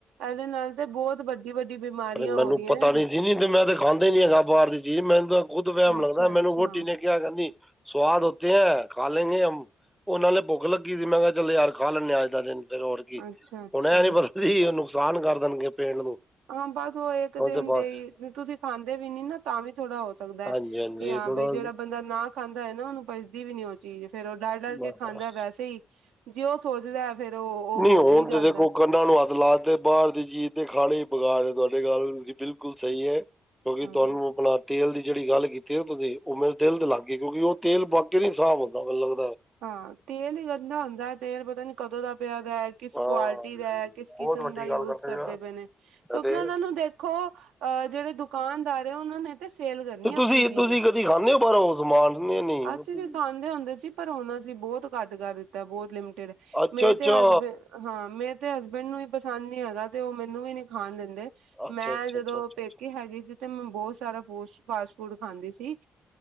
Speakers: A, on the right; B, in the centre.
A: ਇਹਦੇ ਨਾਲ ਤੇ ਬਹੁਤ ਵੱਡੀ ਵੱਡੀ ਬਿਮਾਰੀਆਂ
B: ਪਰ ਮੈਨੂੰ
A: ਹੋ ਰਹੀਆਂ
B: ਪਤਾ ਨੀ ਸੀ ਨ ਤੇ ਮੈਂ ਤੇ ਖਾਂਂਦੇ ਨੀ ਹੈਗਾ ਬਾਹਰ ਦੀ ਚੀਜ਼ ਮੈਨੂੰ ਤਾਂ ਖੁਦ ਵਹਿਮ
A: ਅੱਛਾ
B: ਲੱਗਦਾ
A: ਅੱਛਾ
B: ਮੈਨੂੰ ਵੋਟੀ ਨੇ ਕਿਹਾ ਕਹਿੰਦੀ । ਸਵਾਦ ਹੋਤੇ ਹੈ ਖਾ ਲੈਂਗੇ ਹਮ। ਉਹਨਾਂ ਨੇ ਭੁੱਖ ਲੱਗੀ ਸੀ ਮੈਂ ਕਿਹਾ ਚੱਲ ਯਾਰ ਖਾ ਲੈਂਦੇ ਹ ਅੱਜ ਦਾ ਦਿਨ ਫਿਰ ਹੋਰ ਕੀ
A: ਅੱਛਾ ਅੱਛਾ
B: ਹੁਣ ਐ ਨੀ ਪਤਾ ਸੀ ਉਹ ਨੁਕਸਾਨ ਕਰ ਦੇਣਗੇ ਪੇਟ ਨੂੰ।
A: ਹਾਂ ਬਸ ਉਹ ਇੱਕ ਦਿਨ
B: ਤਾਂ ਬਸ
A: ਦੇ ਹੀ ਤੁਸੀਂ ਖਾਂਦੇ ਵੀ ਨੀ ਨਾ ਤਾਂ ਵੀ ਥੋੜਾ ਹੋ ਸਕਦਾ
B: ਹਾਂਜੀ
A: ਹੈ
B: ਹਾਂਜੀ
A: ਕਿ ਹਾਂ
B: ਥੋੜ੍ਹਾ
A: ਬਈ। ਜਿਹੜਾ ਬੰਦਾ ਨਾ ਖਾਂਦਾ ਹੋਏ ਨਾ ਉਹਨੂੰ ਬਜਦੀ ਵੀ ਨੀ ਹੋਦੀ ਚੀਜ਼ ਫੇਰ ਉਹ ਡਲ ਡਲ
B: ਬਸ
A: ਕੇ ਖਾਂਦਾ
B: ਬਸ
A: ਵੈਸੇ ਹੀ ਜੇ ਉਹ ਸੋਚਦਾ। ਫੇਰ ਉਹ ਉਹ
B: ਨੀ
A: ਹੋ
B: ਹੋਣ
A: ਵੀ ਜਾਂਦਾ
B: ਜ ਕੋਈ ਕੰਨਾਂ ਨੂੰ ਹੱਥ ਲਾਤੇ ਬਾਹਰ ਦੀ ਚੀਜ ਤੇ ਖਾਣੀ ਬਗਾ ਤੁਹਾਡੇ ਗਲ ਤੁ ਬਿਲਕੁਲ ਸਹੀ ਹੈ ਕਿਉਂਕਿ
A: ਹਾਂ
B: ਤੁਹਾਨੂੰ ਆਪਣਾ ਤੇਲ ਦੀ ਜਿਹੜੀ ਗੱਲ ਕੀਤੀ ਤੁਸੀਂ ਉਹ ਮੇਰੇ ਦਿਲ ਤੇ ਲਗ ਗਈ ਕਿਉਂਕਿ ਉਹ ਤੇਲ ਬਾਕੀ ਨੀ ਸਾਫ਼ ਹੁੰਦਾ ਮਤਲਵ
A: ਹਾਂ ਤੇਲ ਹੀ ਗੰਦਾ ਹੁੰਦਾ ਤੇਲ ਪਤਾ ਨੀ ਕਦੋਂ ਦਾ ਪਿਆ। ਦਾ ਕਿਸ
B: ਹਾਂ
A: ਕੁਆਲਿਟੀ ਦਾ ਕਿਸ ਕਿਸਮ
B: ਬਹੁਤ ਵੱਡੀ
A: ਦਾ ਯੂਜ
B: ਗੱਲ
A: ਕਰਦੇ
B: ਹੋ ਯਾਰ।
A: ਪਏ ਨੇ ਕਿਉਂਕਿ
B: ਅਤੇ
A: ਉਹਨਾਂ ਨੂੰ ਦੇਖੋ ਅਹ ਜਿਹੜੇ ਦੁਕਾਨਦਾਰ ਆ ਉਹਨਾਂ ਨੇ ਤੇ ਸੇਲ ਕਰਨੀ
B: ਤੇ ਤੁਸੀਂ
A: ਆਪਣੀ ਚੀਜ਼
B: ਤੁਸੀਂ ਕਦੀ ਖਾਂਦੇ ਹੋ ਬਾਹਰੋਂ ਸਮਾਨ ਨਹੀਂ ਨਹੀਂ ਤੁਸੀਂ-
A: ਅਸੀਂ ਵੀ ਖਾਂਦੇ ਹੁੰਦੇ ਸੀ। ਪਰ ਹੁਣ ਸੀ ਬਹੁਤ ਘੱਟ ਕਰ ਦਿੱਤਾ ਬਹੁਤ ਲਿਮਟਿਡ
B: ਅੱਛਾ
A: ਮੇਰੇ
B: ਅੱਛਾ
A: ਤੇ ਹਸਬੈਂਡ ਹਾਂ ਮੇ ਤੇ ਹਸਬੈਂਡ ਨੂੰ ਵੀ ਪਸੰਦ ਨੀ ਹੈਗਾ ਤੇ ਉਹ ਮੈਨੂੰ ਵੀ ਨੀ ਖਾਣ ਦਿੰਦੇ।
B: ਅੱਛਾ
A: ਮੈਂ
B: ਅੱਛਾ
A: ਜਦੋਂ
B: ਅੱਛਾ ਅੱਛਾ
A: ਪੇਕੇ
B: ਅੱਛਾ
A: ਹੈਗੀ ਸੀ ਤੇ ਮੈਂ ਬਹੁਤ ਸਾਰਾ ਫੂਸਟ ਫਾਸਟ ਫੂਡ ਖਾਂਦੀ ਸੀ।